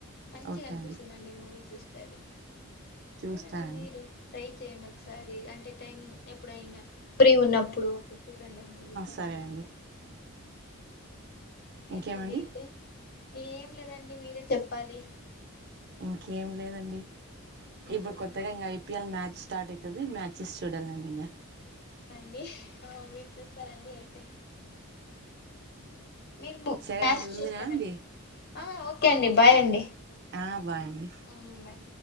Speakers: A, on the left; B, on the right.
A: మంచిగా
B: ఓకే
A: అనిపిస్తుందిండి
B: అండి
A: మూవీ చూస్తే అది
B: చూస్తానండి
A: చూడండి మీరు ట్రై చేయండి ఒకసారి అంటే టైం ఎప్పుడైనా ఫ్రీగా ఉన్నప్పుడు చూడండి ఆ మూవీ చాలా
B: సరే అండి
A: <inaudible>
B: ఇంకేమండి
A: ఎంటండి అయితే ఏం లేదండి మీరే చెప్పాలి
B: ఇంకేం లేదండి
A: మ్మ్
B: ఇప్పుడు కొత్తగా ఇంగ ఐపిఎల్ మ్యాచ్ స్టార్ట్ అయితది మ్యాచెస్ చూడాలి అండి ఇంగ
A: మి ఆ మీరు చూస్తారండి అయితే మీరు
B: సరే
A: మ్యాచ్
B: అండి ఉందునా
A: చూస్తారండి
B: అండి
A: ఆ ఓకే అండి బాయ్ అండి
B: ఆ బాయ్ అండి
A: ఉమ్, బాయ్